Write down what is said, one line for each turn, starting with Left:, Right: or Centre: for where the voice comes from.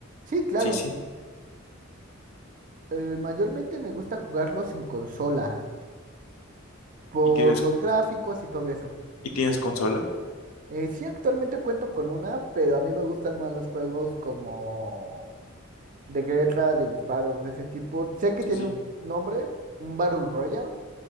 Right: Sí, claro.
Left: Sí, sí.
Right: eh, mayormente me gusta jugarlos en consola. por
Left: ¿Y tienes,
Right: los gráficos y todo eso.
Left: y tienes consola?
Right: Eh, sí, actualmente cuento con una, pero a mí me gustan más los juegos como de guerra, de disparos, de ese tipo. Sé que
Left: Sí,
Right: tiene
Left: sí,
Right: un nombre, un Battle Royale.